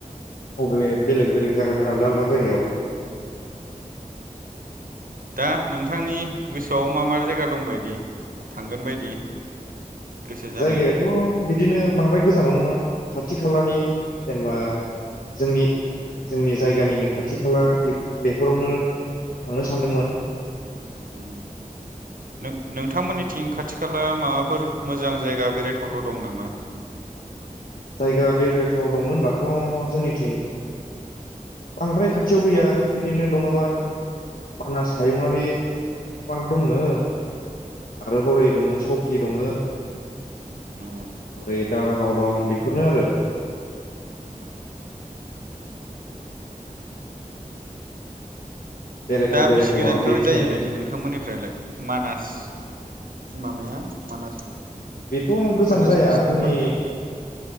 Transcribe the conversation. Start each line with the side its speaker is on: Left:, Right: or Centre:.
Left: अबे बेलेग बेलेग जागा आलदा आलदा जायगायाव
Right: दा नोंथांनि गोसोआव मा-मा जायगा दंबायदि थांगोन बायदि गोसो जानाय
Left: जायगायाथ' बिदिनो बांद्राय गोजा जानाव नङा खाथि खालानि जेनेबा जोंनि जोंनि जायगानिनो खाथि खाला एफो बेफोरावनो थांनो सानदोंमोन
Right: उम नों नोंथांमोननिथिं खाथि खाला माबाफोर मोजां जायगा बेरायथावथाव दं नामा <inaudible>
Left: जायगा बेरायथाव दङ होनबाथ' जोंनिथिं बांद्राय खाथियाव गैया बिदिनो दङबा मानास हायुङारि पार्क दङो आरो हरै दङ सकि दङ ओरै
Right: अ
Left: दारागाव दं बेफोरनो आरो
Right: <inaudible>
Left: बेरायथाव
Right: दा
Left: बेरायथावा
Right: बिसि गोजानथ'
Left: बेखिनियानो
Right: जायोबायदि नोंथांमोननिफ्रायलाय मानास माबाया मानास
Left: बेथ' गोजान
Right: मानास
Left: जाया
Right: नेसनेल
Left: जोंनि
Right: पार्कआ